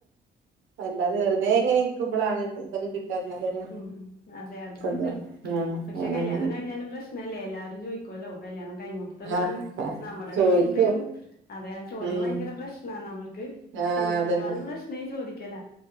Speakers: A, on the right; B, on the left.
A: അല്ലാതെ വെറുതെ ഇങ്ങനെ ഇരിക്കുമ്പളാണ് ഇതൊക്കെ കിട്ടാഞ്ഞാലൊരു
B: ഉം, അതെ അതുംണ്ട്
A: സന്തോ ഉം
B: പക്ഷെ
A: ഉം
B: കല്യാണം കഴിഞ്ഞാലും പ്രശ്നം ല്ലേ എല്ലാരും ചോദിക്കുവല്ലോ കല്യാണം കഴിഞ്ഞോട്ത്തുള്ളതും,
A: ആഹ്
B: നമ്മുടെ
A: ചോദിക്കൂ
B: വീട്ടിലത്തെയും അതെയാ ആ ചോദ്യം
A: ഉം
B: ഭയങ്കര പ്രശ്ന നമ്മൾക്ക്,
A: ആഹ്
B: കിട്ടുന്നതിനെക്കാളും
A: അതന്നെ
B: പ്രശ്നം ചോദിക്കല